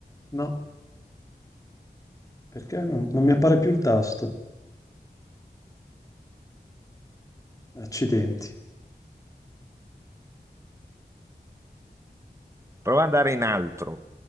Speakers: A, on the left; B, on the right.
A: No, perché non, non mi appare più il tasto? Accidenti.
B: Prova ad andare in altro.